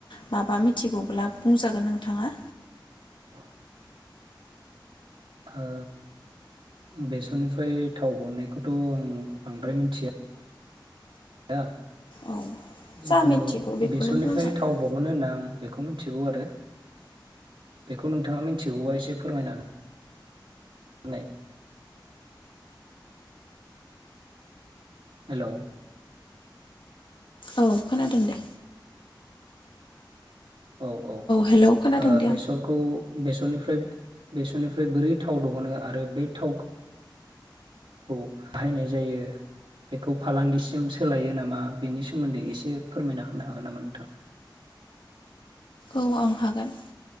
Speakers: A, on the left; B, on the right.
A: मा बा मिथिगौब्ला बुंजागोन नोंथाङा
B: <unintelligible> ओ बेसरनिफ्राय थाव बननायखौथ आं बांद्राय मिथिया आ
A: औ
B: जिखुनु
A: जा मिथिगौ बेखौनो
B: बेसरनिफ्राय
A: बुंजागोन
B: थाव बहनो होनना आं बेखौ मि थिगौ आरो बेखौ नोंथाङा मिथिगौबा एसे फोरमायना नै हेल'
A: औ खोनादों दे
B: औ औ ओ
A: हेलौ खोनादों दे
B: बेसरखौ
A: आं
B: बेसरनिफ्राय बेसरनिफ्राय बोरै थाव दिहुनो आरो बे थावखौ खौ बाहायनाय जायो बेखौ फालांगिसिम सोलायो नामा बेनि सोमोन्दै एसे फोरमायना होनो हागोन नामा नोंथां?
A: औ आं हागोन